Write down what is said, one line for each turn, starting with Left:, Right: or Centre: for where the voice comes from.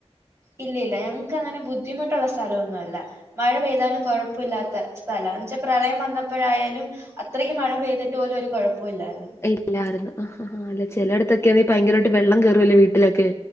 Right: ഇല്ലില്ല ഞങ്ങക്ക് അങ്ങനെ ബുദ്ധിമുട്ടുള്ള സ്ഥലം ഒന്നും അല്ല മഴ പെയ്താലും കൊഴ പ്പല്ലാത്ത സ്ഥലാ എന്ന്ച്ചാ പ്രളയം വന്നപ്പോഴായാലും അത്രക്കു മഴ പെയ്തിട്ട് പോലും ഒരു കുഴപ്പവും ഇല്ലാരുന്നു
Left: ഇല്ലാർന്ന് ആഹ് അത് അല്ല ചിലയിടത്തൊക്കെ ഭയരമായിട്ട് വെള്ളം കയറൂല്ലേ വീട്ടിലൊക്കെ